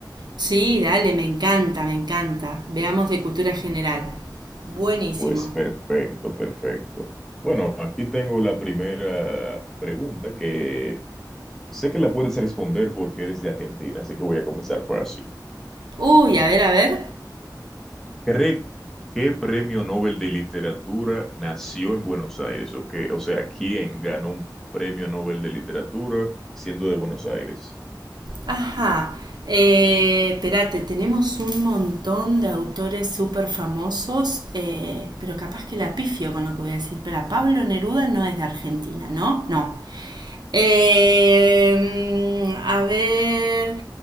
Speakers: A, on the right (about 70°); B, in the centre.
A: Sí, dale, me encanta, me encanta. Veamos de cultura general. Buenísimo.
B: Pues perfecto, perfecto. Bueno, aquí tengo la primera pregunta que sé que la puedes responder porque eres de Argentina, así que voy a comenzar fácil.
A: Uy, a ver, a ver.
B: ¿Cree qué premio Nobel de literatura nació en Buenos Aires? ¿O qué? O sea, ¿quién ganó un premio Nobel de literatura siendo de Buenos Aires?
A: Ajá. Eh, espérate, tenemos un montón de autores súper famosos, eh, pero capaz que la pifio con lo que voy a decir. Pero Pablo Neruda no es de Argentina, ¿no? No. Eh, a ver,